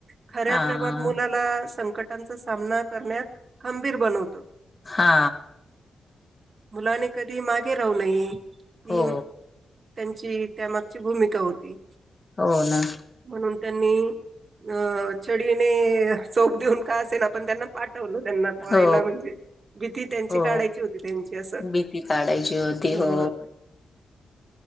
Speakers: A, on the right; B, on the left.
A: खऱ्या
B: हां
A: प्रेमात मुलाला संकटांचा सामना करण्यात खंबीर बनवतं.
B: हा.
A: मुलानी कधी मागे राहू नये. ही
B: हो.
A: त्यांची त्यामागची भूमिका होती,
B: हो ना
A: म्हणून त्यांनी अ छडीने चोप देऊन का असेना पण त्यांना पाठ टवलं पोहायला
B: हो
A: म्हणजे. भीती त्यांची
B: हो
A: काढायची होती त्यांची असं
B: भीती काढायची होती
A: ह.
B: हो.